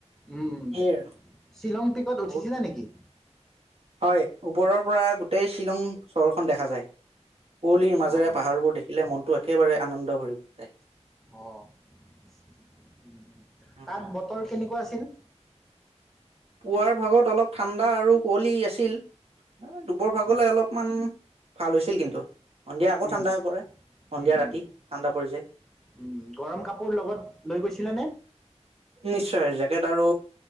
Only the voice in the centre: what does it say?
উম-উম।
শ্বিলং পিকট উঠিছিলে
নেকি?
অঁ
অ', তা'ত
বতৰ কেনেকুৱা আছিল?
উম
উম
উম উম
উম,
উম, গৰম কাপোৰ লগত লৈ গৈছিলা নে?